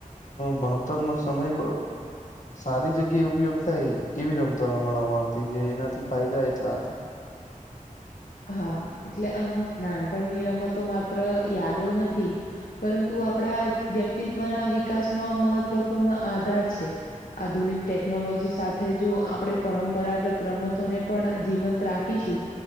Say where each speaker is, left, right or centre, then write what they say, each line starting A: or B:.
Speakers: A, on the left; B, on the left.
A: ભણતર નો સમય બ સારી જગ્યાએ ઉપયોગ થાય એવી રમતો રમાડવામાં આવતી જે એનાથી ફાયદા એટલા હતા.
B: હા એટલે આમ નાનપણની રમતો માત્ર યાદો નથી પરંતુ આપણા વ્યક્તિત્વના વિકાસનો આમ મહત્વપૂર્ણ આધાર છે. આધુનિક ટેકનોલોજી સાથે જો આપણે પરંપરાગત રમતોને પણ જીવંત રાખીશું.